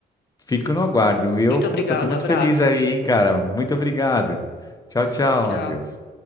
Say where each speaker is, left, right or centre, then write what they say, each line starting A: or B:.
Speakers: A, on the left; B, on the left.
A: Fico no aguardo. E eu,
B: Muito
A: puta,
B: obrigado,
A: tô muito
B: abraço,
A: feliz aí,
B: viu?
A: hein, cara. Muito obrigado. Tchau, tchau,
B: Tchau.
A: Matheus.